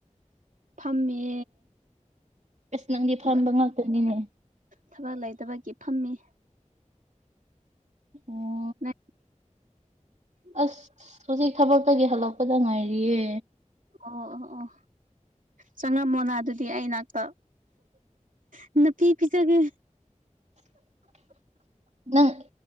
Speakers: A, on the right (about 85°); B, on the right (about 60°).
A: ꯐꯝꯃꯦ
B: ꯑꯁ ꯅꯪꯗꯤ ꯐꯝꯕ
A: ꯊꯕ
B: ꯉꯥꯛꯇꯅꯤꯅꯦ
A: ꯊꯕꯛ ꯂꯩ ꯊꯕꯛꯀꯤ ꯊꯝꯃꯤ
B: ꯑꯣꯝ
A: ꯅꯦ
B: ꯑꯁ ꯍꯧꯖꯤꯛ ꯊꯕꯛꯇꯒꯤ ꯍꯜꯂꯛꯄꯗ ꯉꯥꯏꯔꯤꯌꯦ
A: ꯑꯣ ꯑꯣ ꯑꯣ ꯆꯪꯉꯝꯃꯣꯅ ꯑꯗꯨꯗꯤ ꯑꯩꯅꯥꯛꯇ ꯅꯅꯥꯄꯤꯤ ꯄꯤꯖꯒꯦ
B: <unintelligible> ꯅꯪ